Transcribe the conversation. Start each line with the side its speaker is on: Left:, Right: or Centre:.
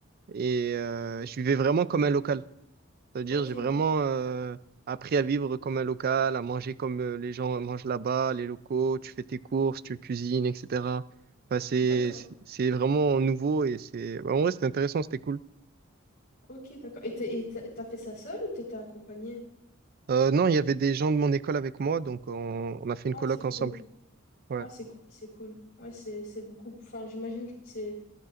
Right: et euh, je vivais vraiment comme un local. C'est-à-dire,
Left: Ok,
Right: j'ai vraiment euh, appris à vivre comme un local, à manger comme euh, les gens mangent là-bas, les locaux, tu fais tes courses, tu cuisines, etc. Enfin, c'est,
Left: d'accord,
Right: c'est c'est vraiment nouveau et c'est, bah, en vrai, c'était intéressant, c'était cool.
Left: ok, d'accord. Et t'es- et t'as t'as fait ça seule ou t'étais accompagnée?
Right: Euh, non, il y avait des gens de mon école avec moi, donc on, on a fait une
Left: Ah,
Right: coloc
Left: c'est cool.
Right: ensemble. Ouais.
Left: Ah, c'est cool, c'est cool. Ouais, c'est c'est beaucoup. Enfin, j'imagine que c'est.